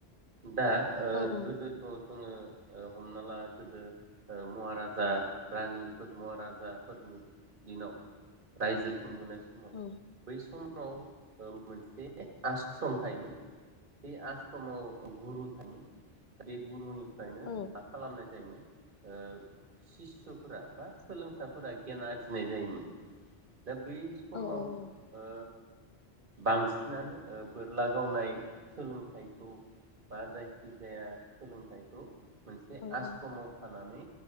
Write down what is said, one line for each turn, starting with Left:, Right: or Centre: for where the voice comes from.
Right: दा ओ
Left: औ
Right: गोदोथ' जोङो हमना ला गोदो महाराजा रानिफोर महाराजाफोरनि दिनाव रायजो खुंबोनाय समाव
Left: औ
Right: बै सम ओ मोनसे आस्रम थायोमोन बे आस्रमाव गुरु थारमोन बे गुरुनि फ्रायनो
Left: औ
Right: मा खालामनाय जायोमोन ओ सिसुफोरा बा सोलोंसाफोरा गियान आरजिनाय जायोमोन दा बै समाव‌
Left: औ
Right: ओ बांसिनानो बोरला गावनाय सोलोंथाइखौ बा जायखिजाया सोलोंथाइखौ मोनसे
Left: औ
Right: आस्रमाव थानानै